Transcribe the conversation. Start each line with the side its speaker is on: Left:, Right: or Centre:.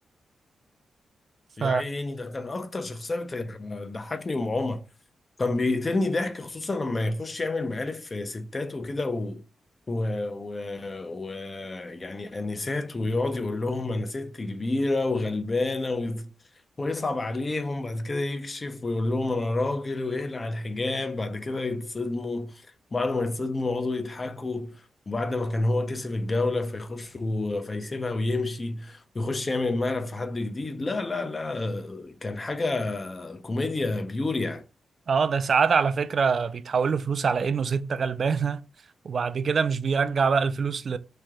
Left: يا
Right: ف
Left: عيني ده كان أكتر شخصية بت- ضحكني ومعومة كان بيقتلني ضحك خصوصا لما يخش يعمل مقالب ستات وكده و... و... و... و يعني انسات ويقعد يقول لهم انا ست كبيره وغلبانه وي... ويصعب عليهم بعد كده يكشف ويقول لهم انا راجل ويقلع الحجاب بعد كده يتصدموا بعد ما يتصدموا يقعدوا يضحكوا وبعد ما كان هو كسب الجوله فيخش و... فيسيبها ويمشي ويخش يعمل مقلب في حد جديد لا لا لا كان حاجه كوميديا بيور يعني
Right: اه ده ساعات على فكرة بيتحول له فلوس على انه ست غلبانة وبعد كده مش بيرجع بقى الفلوس ل...